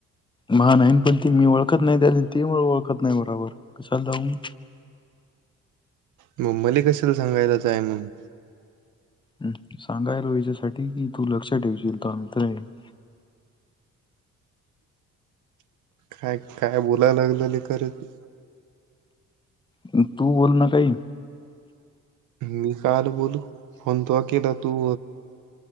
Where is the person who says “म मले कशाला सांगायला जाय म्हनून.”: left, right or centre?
Right